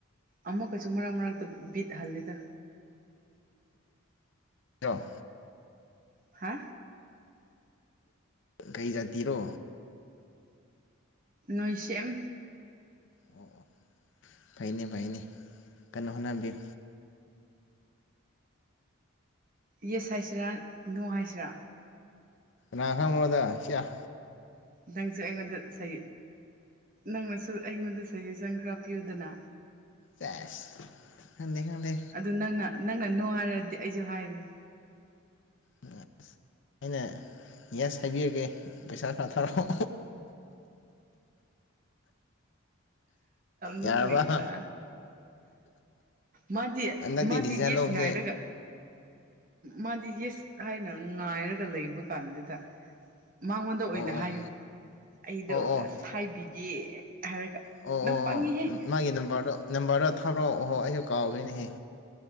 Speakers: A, on the right; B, on the left.
A: ꯑꯃꯨꯛꯀꯁꯨ ꯃꯔꯛ ꯃꯔꯛꯇ ꯕꯤꯠꯍꯜꯂꯤꯗ
B: ꯆꯣ
A: ꯍꯥ
B: ꯀꯩꯖꯇꯔꯣ
A: ꯅꯣꯏꯁꯦꯝ
B: ꯑꯣ ꯑꯣ ꯐꯩꯅꯦ ꯐꯩꯅꯦ ꯀꯟꯅ ꯍꯣꯠꯅꯕꯤꯌꯨ
A: ꯌꯦꯁ ꯍꯥꯏꯁꯤꯔꯥ ꯅꯣ ꯍꯥꯏꯁꯤꯔꯥ
B: ꯀ ꯈꯥꯝ ꯑꯣꯏꯣꯏꯗ ꯆꯠ
A: ꯅꯪꯁꯨ ꯑꯩꯉꯣꯟꯗ ꯁꯩ ꯅꯪꯅꯁꯨ ꯑꯩꯉꯣꯟꯗ ꯁꯩ ꯔꯐꯤꯌꯨꯗꯅ
B: ꯆꯗ ꯈꯗꯦꯉꯗ
A: ꯑꯗꯨ ꯅꯪꯅ ꯅꯪꯅ ꯅꯣ ꯍꯥꯏꯔꯗꯤ ꯑꯩꯁꯨ ꯍꯥꯏꯔꯤ
B: ꯎꯝ ꯑꯩꯅ ꯌꯦꯁ ꯍꯥꯏꯕꯤꯔꯒꯦ ꯄꯩꯁꯥ ꯈꯔ ꯊꯥꯔꯛꯑꯣ
A: ꯅꯣꯗ
B: ꯌꯥꯔꯕ
A: ꯃꯥꯗꯤ
B: ꯍꯟꯗꯛꯇꯤ
A: ꯃꯥꯗꯤ
B: ꯗꯤꯁꯤꯖꯟ
A: ꯌꯦꯁ
B: ꯂꯧꯕꯁꯦ
A: ꯉꯥꯏꯔꯒ ꯃꯥꯗꯤ ꯌꯦꯁ ꯍꯥꯏꯅ ꯉꯥꯏꯔꯒ ꯂꯩꯕ ꯀꯥꯟꯗꯨꯗ ꯃꯉꯣꯟꯗ ꯑꯣꯏꯅ
B: ꯑꯣ
A: ꯍꯥꯏꯌꯣ ꯑꯩꯗꯣ
B: ꯑꯣ ꯑꯣ ꯑꯣ
A: ꯑꯁ ꯍꯥꯏꯕꯤꯒꯦ ꯍꯥꯏꯔꯒ
B: ꯑꯣ ꯑꯣ
A: ꯅꯪ ꯄꯪꯉꯤꯍꯦ
B: ꯃꯥꯒꯤ ꯅꯝꯕꯔꯗꯣ ꯅꯝꯕꯔꯗꯣ ꯊꯥꯗꯔꯛꯑꯣ ꯑꯣꯍꯣ ꯑꯩꯁꯨ ꯀꯥꯎꯗꯣꯏꯅꯦꯍꯦ